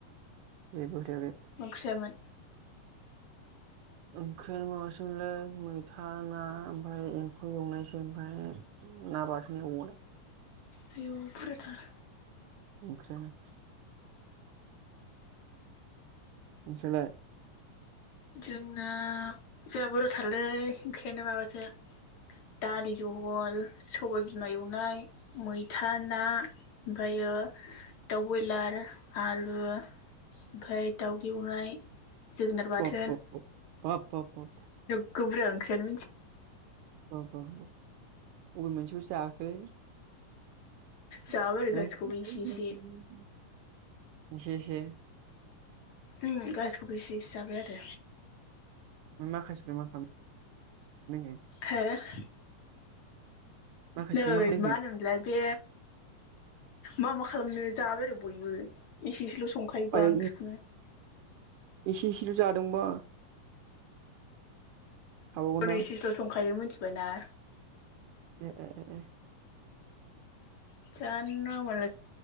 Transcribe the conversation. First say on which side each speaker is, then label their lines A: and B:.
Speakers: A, on the right; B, on the left.
A: जेबो होथेयाखै।
B: मा ओंख्रि जायामोन?
A: ओंख्रैयानो माबासोमोनलै मैथा ना ओमफाय एम्फौ एवनायसो ओमफाय ना बाथोन एवबावनाय।
B: आयौ बुरजाथार।
A: ओंख्रैयानो नोंसालाय?
B: जोंना जाबोर थालै ओंख्रैयानो माबास <unintelligible> दालि जहल सबाय बिमा एवनाय मैथा ना ओमफ्रायो दाउ बयलार आलु ओमफ्राय दाउदै एवनाय। जोगोनार बाथोन।
A: बाब बाब बाब बाब
B: <unintelligible> ओंख्रियानो
A: <unintelligible> अबे मोनसेखो जाखो? <unintelligible>
B: जाबाय आरो गासिखौबो एसे एसे
A: इसे इसे
B: उम गासैखौबो इसे जाबाय आरो।
A: ओमफ्राय माखासेखौलाय मा खालामनो रोंखो
B: हो?
A: माखासेखौलाय
B: नै
A: खालामनो
B: मा
A: रोंखो
B: होनोमोनलाय बे मा मा खालामनो जाबाय आरो बयबो एसे इसेल'स संखायोबा
A: आयै
B: ओंख्रिखौनो।
A: इसे इसेल' जादोंबा थाबावगोनना
B: हनै इसे इसेल' संखायो मोनथि बायना
A: ए ए ए।
B: <unintelligible> गोदाव